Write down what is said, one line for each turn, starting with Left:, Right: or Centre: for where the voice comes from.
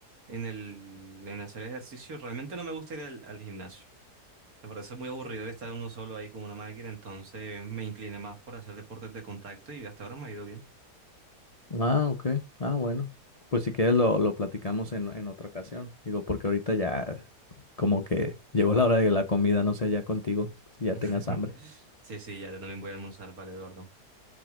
Right: en el en hacer ejercicio. Realmente no me gusta ir al, al gimnasio. Me parece muy aburrido estar uno solo ahí con una máquina, entonces me incliné más por hacer deportes de contacto y hasta ahora me ha ido bien.
Left: Ah, ok. Ah, bueno. Pues si quieres lo, lo platicamos en, en otra ocasión. Digo, porque ahorita ya como que llegó la hora de la comida, no sé, ya contigo, si ya
Right: <laughs>
Left: tengas hambre.
Right: Sí, sí, ya yo también voy a almorzar, vale, Eduardo.